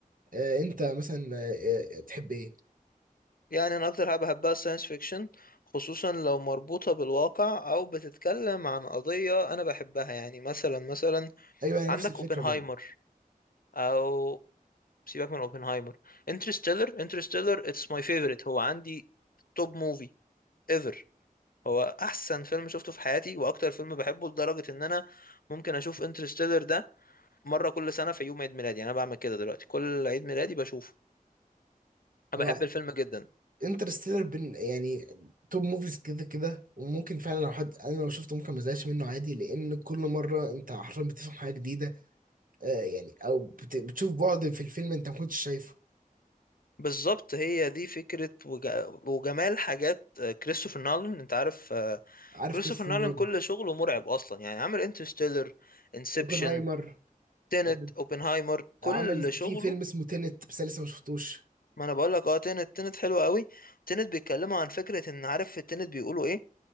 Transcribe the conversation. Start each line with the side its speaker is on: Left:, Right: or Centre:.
Right: آه، انت مثلا آه، آه، تحب ايه
Left: يعني انا اكتر حاجة بحبها الساينس فيكشن خصوصا لو مربوطة بالواقع او بتتكلم عن قضية انا بحبها يعني مثلا مثلا
Right: ايوه انا
Left: عندك
Right: نفس الفكره
Left: اوبنهايمر
Right: برضه
Left: او سيبك من اوبنهايمر انترستيلر انترستيلر اتس ماي فيفورت هو عندي توب موفي ايفر هو احسن فيلم شفته في حياتي واكتر فيلم بحبه لدرجه ان انا ممكن اشوف انترستيلر ده مره كل سنه في يوم عيد ميلادي يعني انا بعمل كده دلوقتي كل عيد ميلادي بشوفه انا
Right: هو
Left: بحب الفيلم جدا
Right: انترستيلر بن يعني توب موفيز كده كده وممكن فعلا لو حد انا لو شفته ممكن ما ازهقش منه عادي لان كل مره انت حرفيا بتفهم حاجه جديده آه، يعني او بت- بتشوف بعد في الفيلم انت ما كنتش شايفه
Left: بالظبط هي دي فكره وج... وجمال حاجات آه، كريستوفر نولان انت عارف آه،
Right: عارف
Left: كريستوفر
Right: كريستوفر
Left: نولان
Right: نولان
Left: كل شغله مرعب اصلا يعني عامل انترستيلر انسبشن
Right: اوبنهايمر
Left: تينت
Right: آه،
Left: اوبنهايمر كل
Right: عمل في
Left: شغله
Right: فيلم اسمه تينت بس أنا لسه ما شفتوش
Left: ما انا بقول لك اه تنت تنت حلو قوي تنت بيتكلموا عن فكرة ان عارف في التنت بيقولوا ايه